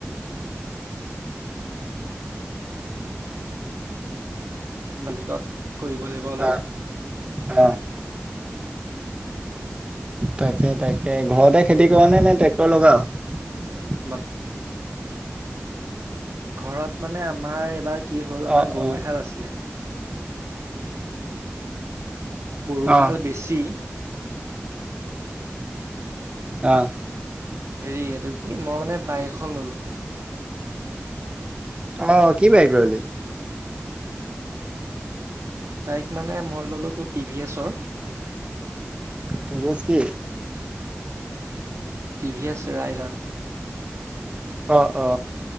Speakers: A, on the right (about 85°); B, on the right (about 25°).
A: ত ভিতৰত কৰিব লাগিব অলপ
B: অ', অ', তাকে তাকে ঘৰতে খেতি
A: অ
B: কৰনে নে ট্ৰেক্টৰ লগাও
A: মানে মাত- ঘৰত মানে আমাৰ এইবাৰ কি হ'ল আমাৰ
B: অ',
A: গৰু
B: অ',
A: এহাল আছিলে গৰু
B: অ',
A: হাল বেছি
B: আহ
A: হেৰি এইটো কি মই মানে বাইক এখন ললো
B: অ কি বাইক ললি
A: বাইক মানে মই ল'লোঁ তো টিভিএছৰ
B: টিভিএছ কি
A: টিভিএছ ৰাইদাৰ
B: অ অ